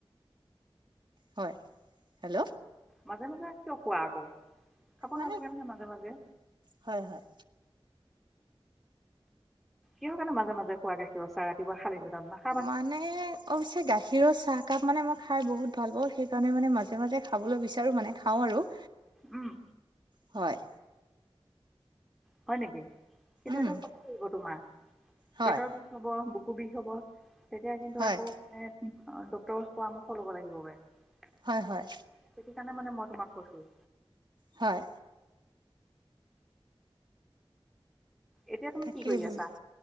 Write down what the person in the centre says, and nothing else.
মাজে মাজে কিয় খোৱা আকৌ, খাব
নালাগে নহয় মাজে মাজে।
কিহৰ কাৰণে মাজে মাজে খোৱা গাখীৰৰ চাহ ৰাতিপুৱা খালি পেটত মা
উমঁ।
হয় নেকি কিন্তু
এইটো শক্তি আহিব তোমাৰ,
পেট হ'ব বুকু বিষ হ'ব তেতিয়া কিন্তু
আকৌ এ ডক্টৰৰ পৰামৰ্শ ল'ব লাগিব <unintelligible>
সেইটো কাৰণে মানে মই তোমাক কৈছোঁ।
এতিয়া তুমি
কি কৰি
আছা